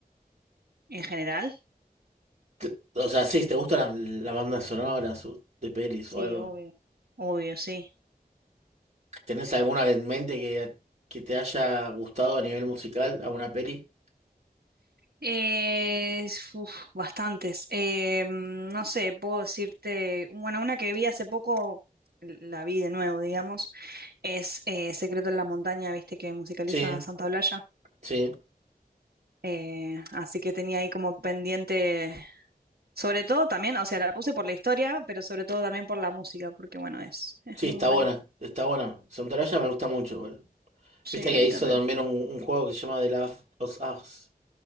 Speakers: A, on the right (about 80°); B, on the right (about 45°).
A: en general.
B: Te- O sea, sí, ¿te gustan las, las bandas sonoras o- de pelis
A: Sí,
B: o algo?
A: obvio. Obvio, sí.
B: ¿Tenés alguna en mente que, que te haya gustado a nivel musical, a una peli?
A: Eh, es- uf, bastantes. Eh, mm, no sé, puedo decirte, bueno, una que vi hace poco, la vi de nuevo, digamos, es eh, Secreto en la Montaña, viste que musicaliza
B: Sí,
A: Santa Olalla.
B: sí,
A: Eh, así que tenía ahí como pendiente Sobre todo también, o sea, la puse por la historia, pero sobre todo también por la música, porque bueno, es, es
B: sí,
A: muy
B: está
A: buena.
B: buena, está buena. Soundtrack me gusta mucho,
A: Sí,
B: Viste
A: a
B: que
A: mí
B: hizo
A: también.
B: también un, un juego que se llama The Last of Us.